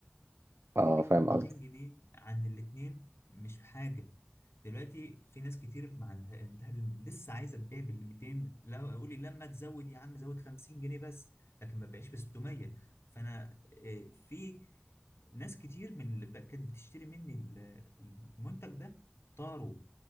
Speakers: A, on the left; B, on the right.
A: لان
B: اه فاهم
A: كانت 200
B: قصدك
A: جنيه عند الاتنين مش حاجه دلوقتي في ناس كتير ما عندها عندها الم- لسه عايزه تبيع بال 200 لا اقول لي لما تزود يا عم زود 50 جنيه بس لكن ما تبقاش ب 600 فانا آه، في ناس كتير من اللي بقى- كانت بتشتري مني ال- المنتج ده طاروا